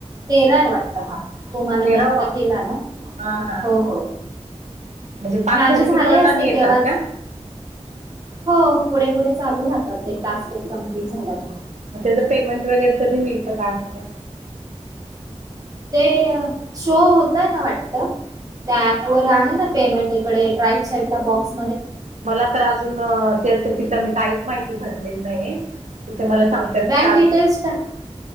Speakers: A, on the right; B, on the right.
A: तेरा आहे वाटत हा तुम्हाला
B: तेरावा?
A: मी आता केला ना
B: हा हा
A: हो, हो.
B: म्हणजे पाच
A: माझे
B: झाले की परत
A: असते
B: आणि
A: केव्हाच
B: येतात का?
A: हो पुढे पुठे चालू राहतात ते टास्क कम्प्लीट झाला की
B: त्याच पेमेंट वगैरे कधी मिळत काय वगैरे?
A: ते शो होतय ना वाटत. त्या ऍप वर आहे ना पेमेंट इकडे राईट साईड ला बॉक्स
B: मला तर अजून त्या तिथं मी काहीच माहिती भरलेली नाही तिथे मला सांगतात
A: बँक
B: तास
A: डिटेल्स टा